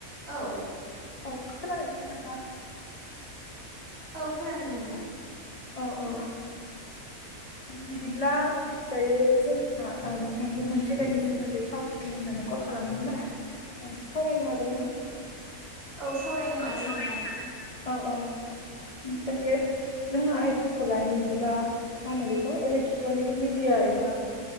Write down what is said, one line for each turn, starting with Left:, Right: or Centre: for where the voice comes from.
Right: औ।
Left: औ औ खोनादोंना नोंथां।
Right: औ खोनादों नोंथां।
Left: औ औ बिदिब्ला दयो जोंहा आ नोंथांजों मोनसे आयदानि सोमोन्दै सावरायनो होननानै कल खालामदोंमोन आरो ओ सावरायनो हागोन ना
Right: औ सावरायनो
Left: औ
Right: हागोन
Left: सावरायनो
Right: नोंथां
Left: हागोन नोंथां। औ औ दायो जोंहा आयदाखौ लानि बिदिबा मा होनो इलेक्ट्रनिक मिडिया एबा